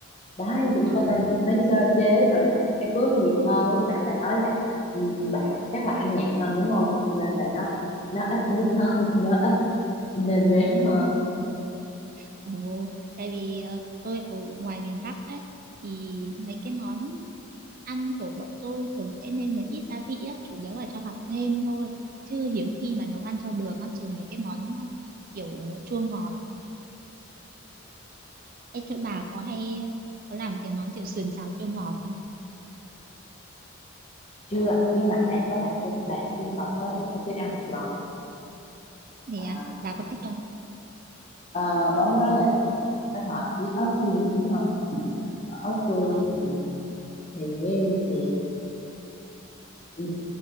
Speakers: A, on the left; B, on the right.
A: đấy chính
B: Ờ,
A: cho nên tôi mới sơ chế rồi là các bước nhiều hơn lúc nãy bà nói là ừ, bà chắc là ăn nhạt hơn đúng không cho nên là nó nó ít bước hơn <laughs> nó ít nêm nếm hơn
B: ồ, tại vì ờ, tôi ở ngoài miền Bắc ấy thì mấy cái món ăn của bọn tôi thường sẽ nêm nếm ít gia vị á, chủ yếu là cho hạt nêm thôi, chứ hiếm khi mà nấu ăn cho đường á, trừ mấy cái món ờ, kiểu chua ngọt. Ê chỗ bà có hay ờ, có làm cái món kiểu sườn xào chua ngọt không?
A: chưa nhưng mà bạn có làm cho bạn trên phòng có làm cho tôi ăn một lần
B: Thì
A: à,
B: à, bà có thích không?
A: ờ, món đó là thường mình kết hợp với ớt chuông đúng không Ở ớt chuông
B: Ờ
A: thì thì nêm thì Ừ,